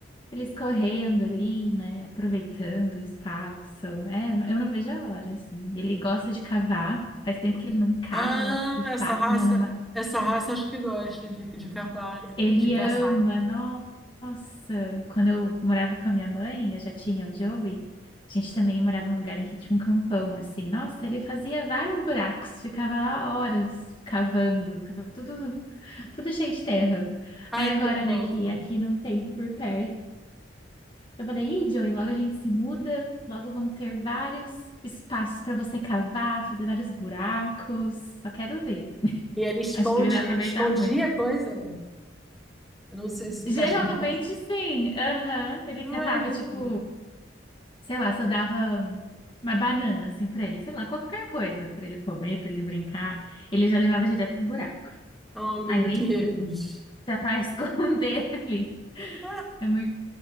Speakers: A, on the left; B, in the centre.
A: Eles correndo ali, né? Aproveitando o espaço. É, eu não eu não vejo a hora, assim. Ele gosta de cavar. Faz tempo que ele não cava,
B: Ah,
A: de fato,
B: essa raça,
A: né?
B: essa raça acho que gosta de, de cavar, né?
A: Ele
B: De caçar.
A: ama, nossa. Quando eu morava com a minha mãe, eu já tinha o Joey. A gente também morava num lugar em que tinha um campão, assim. Nossa, ele fazia vários buracos, ficava lá horas cavando, ficava tudo, tudo cheio de terra. Aí
B: Ai,
A: agora,
B: que
A: né,
B: fofo.
A: que aqui não tem por perto, eu falei, Ih, Joey, logo a gente se muda, logo vão ter vários espaços para você cavar, fazer vários buracos. Só quero ver.
B: E ele esconde,
A: Acho que ele vai aproveitar
B: ele escondia
A: muito.
B: a coisa. Eu não sei se
A: Geralmente
B: cachorro faz.
A: sim, aham. Ele
B: Ai,
A: catava,
B: que
A: tipo,
B: fofo.
A: sei lá, só dava uma banana, assim, pra ele, sei lá, qualquer coisa pra ele comer, pra ele brincar. Ele já levava direto pro buraco.
B: Oh, meu
A: Aí
B: Deus.
A: eu, eita, já vai <laughs> esconder ali.
B: Ah,
A: É muito,